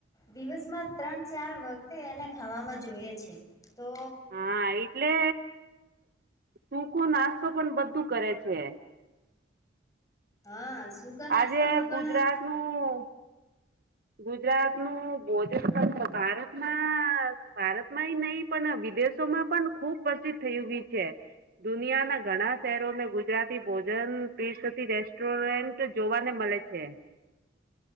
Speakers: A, on the left; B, on the right.
A: દિવસમાં ત્રણ ચાર વખતે એને ખાવામાં જોઈએ છે. તો
B: હા એટલે સૂકો નાસ્તો પણ બધું કરે છે.
A: હા સૂકા
B: આજે
A: નાસ્તામાં
B: ગુજરાત
A: પણ
B: નું ગુજરાતનું ભોજન ભારતમાં ભારતમાંય નહીં પણ વિદેશોમાં પણ ખુબ પ્રસિદ્ધ થય છે દુનિયા ના ઘણા શહેરોને ગુજરાતી ભોજન તીરસતી રેસ્ટોરન્ટ જોવાને મળે છે.